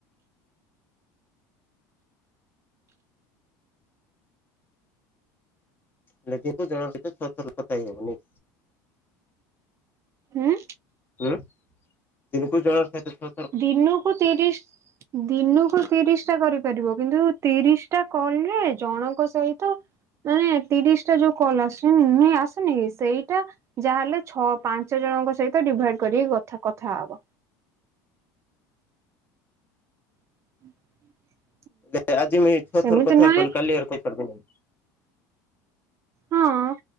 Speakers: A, on the left (about 25°); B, on the right (about 35°).
A: ହେଲେଦିଙ୍କୁ ଜଣ ତ ଛଅ ଥର କଥା ହେଇ ହବନି
B: ହୁଁ।
A: ହୁଁ ଦିନକୁ ଜଣକ ସହିତ ତ
B: ଦିନକୁ ତିରିସି ଦିନକୁ ତିରିସି ଟା କରିପାରିବ କିନ୍ତୁ ତିରିଶ ଟା କଲେ ଜଣଙ୍କ ସହିତ ତ ମାନେ ତିରିଶ ଟା ଯୋଉ କଲ ଆସନି ଆସନି କି ସେଇଟା ଯାହାହେଲେ ଛଅ ପାଞ୍ଚ ଜଣ ଙ୍କ ସହିତ ଡିଭାଇଡ କରିକି କଥା କଥା ହବ <inaudible>
A: ନାଁ ଆଜି ମୁଇଁ ଛଅ
B: ସେମିତି
A: ଥର କଥା
B: ନୁହେଁ
A: ବଲି କାଲି ଆଉ କଇପାରିବିନାଇ
B: ହଁ